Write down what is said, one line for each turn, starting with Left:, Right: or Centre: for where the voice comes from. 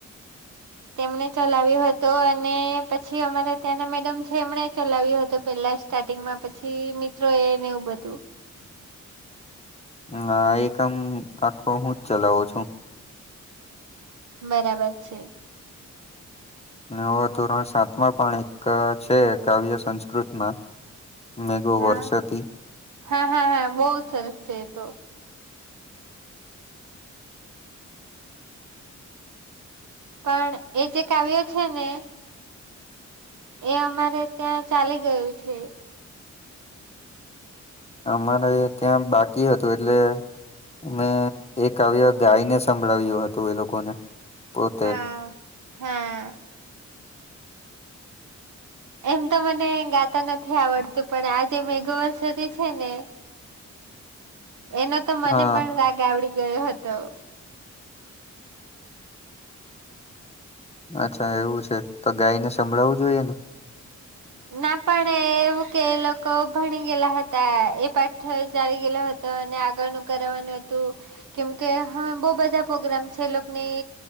Left: <inaudible>
Right: તેમણે ચલાવ્યો હતો, અને પછી અમારા ત્યાંના મેડમ છે, એમણે ચલાવ્યો હતો, પેલા જ સ્ટાર્ટિંગમાં, પછી મિત્રોએ ને એવું બધું.
Left: ના એકમ, આખો હું જ ચલાવું છું.
Right: બરાબર છે.
Left: ને હવે ધોરણ સાતમાં પણ એક છે, કાવ્ય સંસ્કૃતમાં મેઘો
Right: હા
Left: વર્ષતી
Right: હા હા હા, બહુ સરસ છે એ તો. પણ એ જે કાવ્ય છે ને એ અમારે ત્યાં ચાલી ગયું છે.
Left: અમારે ત્યાં બાકી હતું, એટલે મેં એ કાવ્ય ગાયને સંભળાવ્યું હતું એ લોકોને, પોતે
Right: હ હા એમ તો મને ગાતા નથી આવડતું, પણ આ જે મેઘો વર્ષતી છે ને એનો તો મને
Left: હા
Right: પણ રાગ આવડી ગયો હતો.
Left: અચ્છા એવું છે તો ગાયને સંભળાવવું જોઈએ ને?
Right: ના પણ એવું કે એ લોકો ભણી ગેલા હતા એ પાઠ ચાલી ગેલો હ તો એને આગળનું કરવાનું હતું કેમકે <unintelligible> બો બધા પ્રોગ્રામ છે એ લોકની